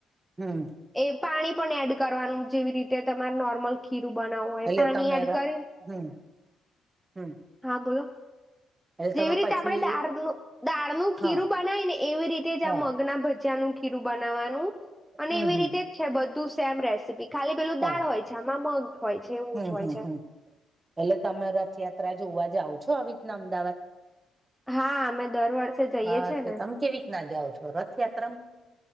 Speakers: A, on the right; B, in the centre.
A: હમ્મ.
B: એ પાણી પણ એડ કરવાનું જેવી રીતે તમારે નોર્મલ ખીરું બનાવવું હોય
A: એટલે
B: પાણી
A: તમે
B: એડ કરે
A: હમ હમ
B: હા બોલો.
A: એટલે
B: જેવી
A: તમે
B: રીતે
A: પછી
B: આપણેે તાર દાળનું
A: હા
B: ખીરું બનાય ને એવી રીતે જ
A: હા
B: આ મગના ભજીયાનું ખીરું બનાવાનું. અને
A: હમ
B: એવી
A: હમ
B: રીતે. છે બધું સેમ રેસીપી ખાલી પેલું
A: હા
B: દાળ હોય છે આમાં મગ હોય છે એવું
A: હમ
B: જ હોય
A: હમ
B: છે.
A: હમ એટલે તમે રથયાત્રા જોવા જાઓ છો આવી રીતના અમદાવાદ.
B: હા અમે દર વર્ષે જઈએ
A: હાછ
B: છે ને
A: તમે કેવી રીતના જાઓ છો રથયાત્રામાં.